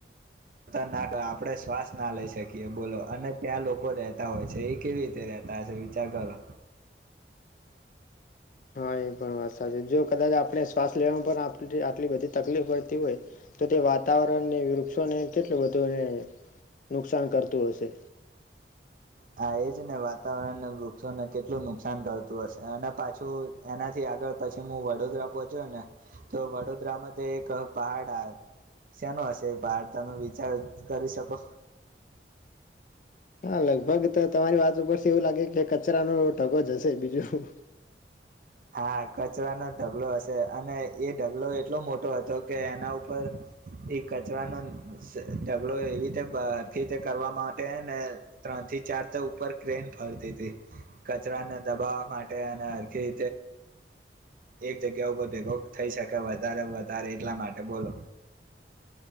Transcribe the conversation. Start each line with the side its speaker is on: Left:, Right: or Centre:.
Right: તનાક આપણે શ્વાસ ના લઈ શકીએ બોલો અને ત્યાં લોકો રહેતા હોય છે એ કેવી રીતે રતા હ છે વિચાર કરો.
Left: હા એ પણ વાત સાચી છે જો કદાચ આપણે શ્વાસ લેવામાં પણ આટલી બધી તકલીફ પડતી હોય તો તે વાતાવરણને વૃક્ષોને કેટલું બધુંને નુકસાન કરતું હશે.
Right: હા એજ ને વાતાવરણને વૃક્ષોને કેટલું નુકસાન કરતું હશે અને પાછું એનાથી આગળ પછી હું વડોદરા પહોચ્યો ને તો વડોદરામાં તે એક પહાડ આવે શેનો હશે એ પહાડ તમે વિચાર કરી શકો
Left: હા લગભગ તો તમારી વાત ઉપરથી એવું લાગે કે કચરાનો ઢગો જ હશે બીજું
Right: હા કચરાનો ઢગલોો હશે અને એ ઢગલો એટલો મોટો હતો કે એના ઉપર એ કચરાનો ઢગલો એવી રીતેખીતે કરવા માટે ને ત્રણ થી ચાર ઉપર ક્રેન ફરતી હતી કચરાને દબાવવા માટે અનેખી એક જગ્યા ઉપર ભેગો થઈ શકે વધારે વધારે એટલા માટે બોલો.